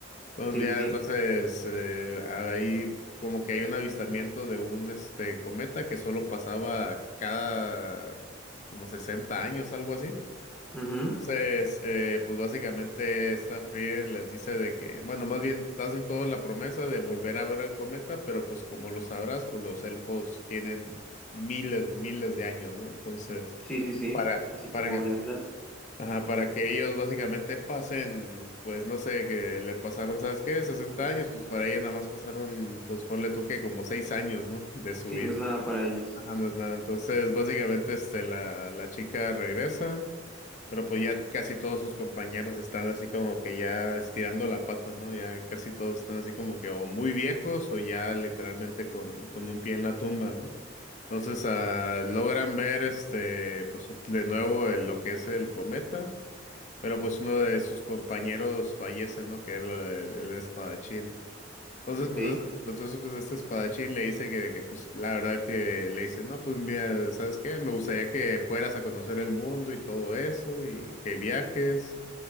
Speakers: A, on the left (about 35°); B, in the centre.
A: Entonces
B: Sí, sí,
A: ya,
B: sí.
A: entonces eh, ahí como que hay un avistamiento de un este cometa que solo pasaba cada como 60 años, algo así.
B: Ujú.
A: Entonces, eh, pues básicamente esta Frieren les dice de que, bueno, más bien hacen toda la promesa de volver a ver el cometa, pero pues como lo sabrás, pues los elfos tienen miles, miles de años, ¿no? Entonces,
B: Sí, sí, sí,
A: para,
B: así
A: para
B: como
A: que,
B: Legolas.
A: ajá, para que ellos básicamente pasen, pues no sé, que le pasaron, ¿sabes qué? sesenta años, pues para ella nada más pasaron, pues ponle tú que como 6 años, ¿no? De su
B: Sí,
A: vida.
B: no es nada para ellos.
A: Ajá, no es nada. Entonces, básicamente, este, la, la chica regresa. Pero pues ya casi todos sus compañeros están así como que ya estirando la pata, ¿no? Ya casi todos están así como que o muy viejos o ya literalmente con, con un pie en la tumba, ¿no? Entonces ah, logran ver este, pues de nuevo el- lo que es el cometa, pero pues uno de sus compañeros fallece, ¿no? Que era el, el espadachín. Entonces,
B: Ok,
A: pues, es- pues, entonces, pues este espadachín le dice que, que, pues, la verdad que le dice, no, pues, mira, ¿sabes qué? Me gustaría que fueras a conocer el mundo y todo eso y que viajes,